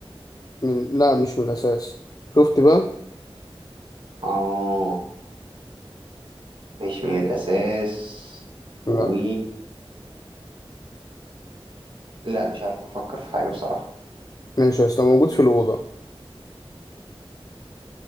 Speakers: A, on the left; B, on the right.
A: من... لا مش من الأساس شفت بقى
B: اه مش من الاساس
A: لا
B: و لا مش عارف افكر في حاجة بصراحة
A: ماشي أصل موجود في الأوضة